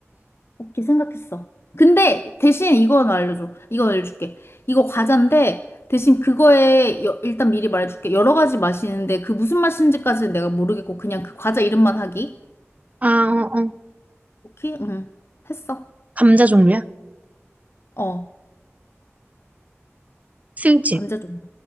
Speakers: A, on the left; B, on the right.
A: 오케이, 생각했어. 근데 대신 이건 알려줘. 이건 알려줄게. 이거 과자인데 대신 그거에 여- 일단 미리 말해줄게. 여러 가지 맛이 있는데 그 무슨 맛인지까지는 내가 모르겠고 그냥 그 과자 이름만 하기.
B: 아, 어, 어.
A: 오케이? 응. 했어.
B: 감자 종류야?
A: 어,
B: 스윙칩.
A: 감자전.